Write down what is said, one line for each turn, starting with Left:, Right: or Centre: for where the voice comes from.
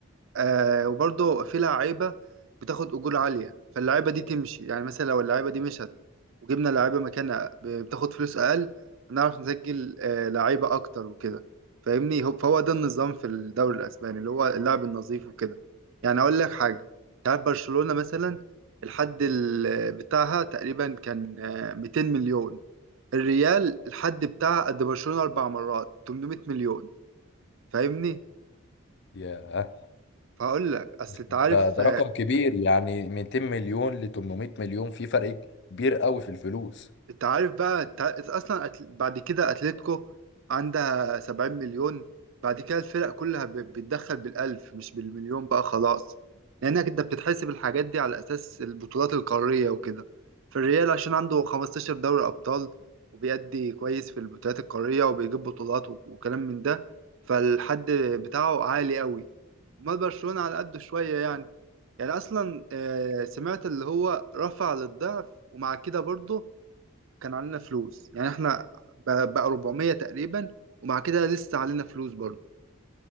Right: آه وبرضه في لعيبة بتاخد أجور عالية فاللعيبة دي تمشي يعني مثلا لو اللعيبة دي مشت وجبنا لعيبة مكانها ب- بتاخد فلوس أقل هنعرف نسجل آه لعيبة أكتر وكده فاهمني هو- فهو ده النظام في الدوري الأسباني اللي هو اللعب النظيف وكده يعني أقول لك حاجة تعرف برشلونة مثلا الحد ال- بتاعها تقريبا كان آه، 200 مليون الريال الحد بتاعها قد برشلونة أربع مرات 800 مليون فاهمني؟
Left: ياه
Right: فهقول لك اصل انت
Left: ده
Right: عارف
Left: ده رقم كبير يعني 200 مليون ل 800 مليون في فرق كبير قوي في الفلوس
Right: انت عارف بقى انت عارف اصلا أتل... بعد كده اتلتيكو عندها 70 مليون بعد كده الفرق كلها ب... بتدخل بالالف مش بالمليون بقى خلاص لانك انت بتتحسب الحاجات دي على اساس البطولات القارية وكده فالريال عشان عنده 15 دوري ابطال وبيأدي كويس في البطولات القارية وبيجيب بطولات و... وكلام من ده فالحد بتاعه عالي قوي امال برشلونة على قده شوية يعني يعني اصلا آه، سمعت اللي هو رفع للضعف ومع كده برضه كان علينا فلوس يعني احنا ب- بقى 400 تقريبا ومع كده لسه علينا فلوس برضه